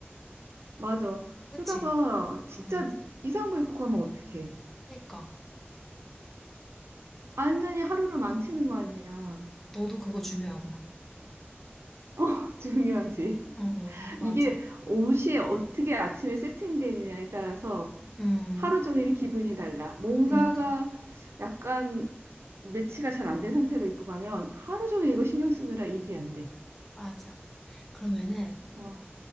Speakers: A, on the right; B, in the centre.
A: 맞아.
B: 그치?
A: 그러다가 진짜
B: 음,
A: 이상한 거 입고 가면 어떡해.
B: 그니까.
A: 완전히 하루를 망치는 거 아니야.
B: 너도 그거 중요하구나.
A: 어, <laughs> 중요하지.
B: 어, 어, 맞아.
A: 이게 옷이 어떻게 아침에 세팅되느냐에 따라서
B: 음,
A: 하루 종일 기분이 달라. 뭔가가
B: 그니까.
A: 약간 매치가 잘 안 된 상태로 입고 가면 하루 종일 이거 신경 쓰느라 일이 안 돼.
B: 맞아. 그러면은,
A: 어,